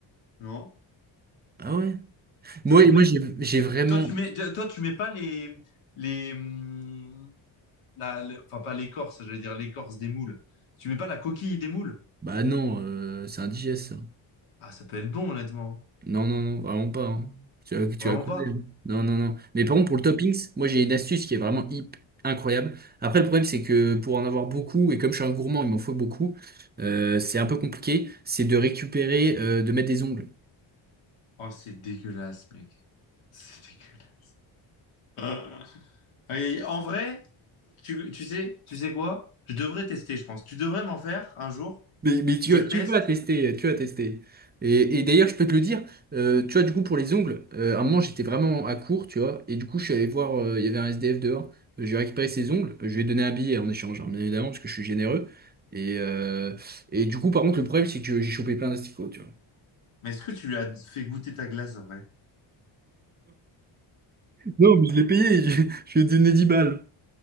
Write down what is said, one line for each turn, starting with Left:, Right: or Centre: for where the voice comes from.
Left: Non?
Right: Ah ouais? Moi,
Left: Toi, t'en mets?
Right: moi j'ai j'ai vraiment.
Left: Toi, tu mets, toi, tu mets pas les, les, hum, la, les- enfin pas l'écorce, j'allais dire l'écorce des moules. Tu mets pas la coquille des moules?
Right: Bah non, euh, c'est indigeste. ça.
Left: Ah, ça peut être bon, honnêtement.
Right: Non, non, non, vraiment pas. hein. Tu vas, tu
Left: Vraiment
Right: vas crever,
Left: pas.
Right: hein. Non, non, non. Mais par contre, pour le toppings, moi j'ai une astuce qui est vraiment hip, incroyable. Après, le problème, c'est que pour en avoir beaucoup, et comme je suis un gourmand, il m'en faut beaucoup, euh, c'est un peu compliqué. C'est de récupérer, euh, de mettre des ongles.
Left: Oh, c'est dégueulasse, mec. C'est dégueulasse. <laughs> Ah. Aïe, aïe. En vrai, tu, tu sais, tu sais quoi? Je devrais tester, je pense. Tu devrais m'en faire un jour.
Right: Mais, mais tu,
Left: Je
Right: vas-
Left: teste.
Right: tu vas tester, tu vas tester. Et, et d'ailleurs, je peux te le dire, euh, tu vois, du coup, pour les ongles, euh, à un moment, j'étais vraiment à court, tu vois, et du coup, je suis allé voir, euh, il y avait un SDF dehors, Euh, j'ai récupéré ses ongles, je lui ai donné un billet en échange, hein, bien évidemment, parce que je suis généreux. Et, euh, et du coup, par contre, le problème, c'est que j'ai chopé plein d'asticots, tu vois. <laughs>
Left: Mais est-ce que tu lui as fait goûter ta glace après?
Right: Non, non, mais je l'ai payé, <laughs> je, je lui ai donné 10 balles.